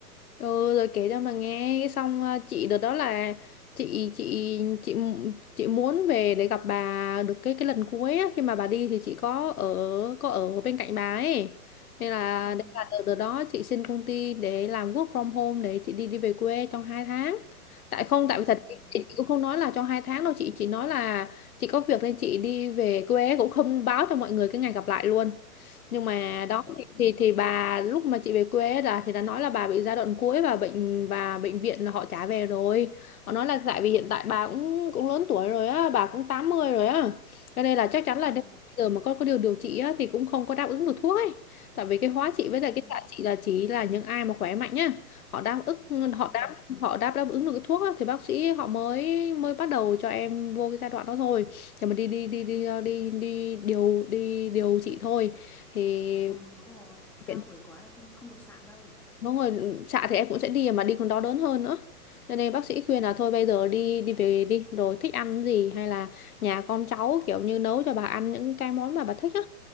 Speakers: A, on the left; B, in the centre.
A: Ừ, rồi kể cho mà nghe cái xong ờ, chị đợt đó là chị chị chị mu- chị muốn về để gặp bà được cái cái lần cuối á, khi mà bà đi thì chị có ở có ở bên cạnh bà ấy nên là
B: ừ
A: đấy là đợt, đợt đó chị xin công ty để làm work from home để chị đi đi về quê trong hai tháng tại không tại vì
B: à
A: thật chị chị cũng không nói là trong 2 tháng đâu chị chỉ nói là chị có việc nên chị đi về quê cũng không báo cho mọi người cái ngày gặp lại luôn nhưng mà
B: à
A: đó thì, thì thì bà lúc mà chị về quê ấy là thì đã nói là bà bị giai đoạn cuối và bệnh và bệnh viện là họ trả về rồi họ nói là tại vì hiện tại bà cũng cũng lớn tuổi rồi á bà cũng 80 rồi á cho nên là chắc chắn là
B: à
A: nếu bây giờ mà có có điều điều trị á thì cũng không có đáp ứng được thuốc ấy tại vì cái hóa trị với lại
B: ừ
A: cái xạ trị là chỉ là những ai mà khỏe mạnh nhá họ đáp ứng
B: Đúng
A: họ đáp
B: rồi.
A: họ đáp đáp ứng được cái thuốc á, thì bác sĩ họ mới mới bắt đầu cho em vô cái giai đoạn đó thôi để mà đi đi đi đi ờ, đi đi điều đi điều trị thôi thì
B: Ừ, đúng rồi. Cao
A: hiện-
B: tuổi quá là không không được sạm đâu.
A: đúng rồi xạ thì em cũng sẽ đi mà đi còn đau đớn hơn nữa cho nên bác sĩ khuyên là thôi bây giờ đi đi về đi rồi thích ăn gì hay là nhà con cháu kiểu như nấu cho bà ăn những cái món mà bà thích á